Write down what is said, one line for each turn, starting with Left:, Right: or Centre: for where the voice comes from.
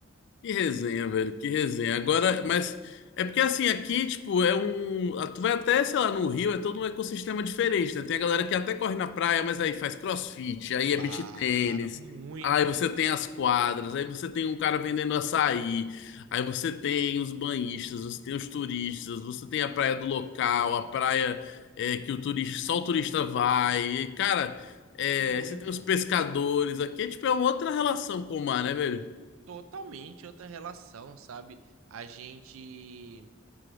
Left: Que resenha, velho, que resenha. Agora,
Right: Nossa, muito
Left: mas é porque assim, aqui, tipo, é um. ah, Tu vai até, sei lá, no Rio, é todo um ecossistema diferente, né? Tem a galera que até corre na praia, mas aí faz crossfit, aí
Right: claro,
Left: é beach tênis,
Right: muito,
Left: aí você tem as quadras, aí você tem um cara vendendo açaí, aí você tem os banhistas, você tem os turistas, você tem a praia do local, a praia é, que o turista, só o turista vai. E, cara, é,
Right: muito,
Left: aí você tem os pescadores aqui, é, tipo, é uma outra relação com o mar, né, velho?
Right: totalmente outra relação, sabe? A gente